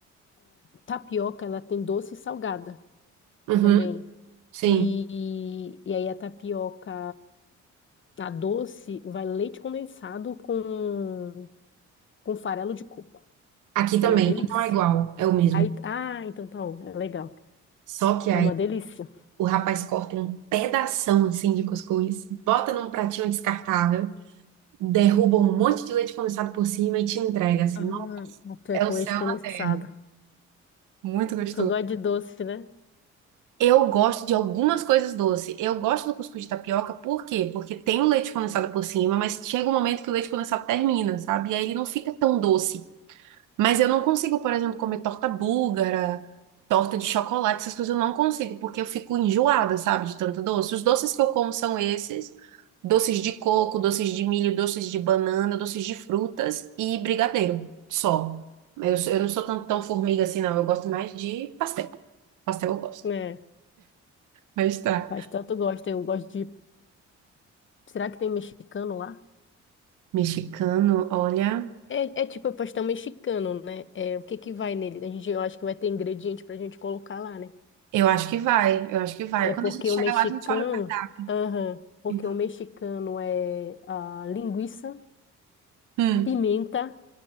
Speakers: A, on the left (about 40°); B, on the right (about 85°).
A: Tapioca, ela tem doce e salgada
B: Uhum,
A: também.
B: sim.
A: E, e aí a tapioca, a doce, vai leite condensado com, com farelo de coco.
B: Aqui também.
A: É uma delícia.
B: Então é igual, é o mesmo.
A: Aí, ah, então tá bom, é legal.
B: Só que aí
A: É uma delícia.
B: o rapaz corta um pedação assim de cuscuz, bota num pratinho descartável, derruba um monte de leite condensado por cima e te entrega assim.
A: Ah,
B: Não,
A: até
B: é
A: com
B: o céu
A: leite condensado.
B: na terra. Muito gostoso.
A: Tu gosta de doce, né?
B: Eu gosto de algumas coisas doces. Eu gosto do cuscuz de tapioca, por quê? Porque tem o leite condensado por cima, mas chega um momento que o leite condensado termina, sabe? E aí ele não fica tão doce. Mas eu não consigo, por exemplo, comer torta búlgara, torta de chocolate, essas coisas eu não consigo, porque eu fico enjoada, sabe, de tanto doce. Os doces que eu como são esses: doces de coco, doces de milho, doces de banana, doces de frutas e brigadeiro, só. Eu, sou- eu não sou tão, tão formiga assim, não. Eu gosto mais de pastel. Pastel eu gosto.
A: É,
B: Mas tá.
A: pastel tu gosta, eu gosto de... Será que tem mexicano lá?
B: Mexicano, olha,
A: É, é tipo pastel mexicano, né? É, o que que vai nele? A gente, eu acho que vai ter ingrediente pra gente colocar lá, né?
B: eu acho que vai, eu acho que vai.
A: É
B: Quando
A: porque
B: a gente chega
A: o mexicano...
B: lá, a gente olha o cardápio.
A: Aham, porque
B: Então,
A: o mexicano é a linguiça,
B: hum,
A: pimenta,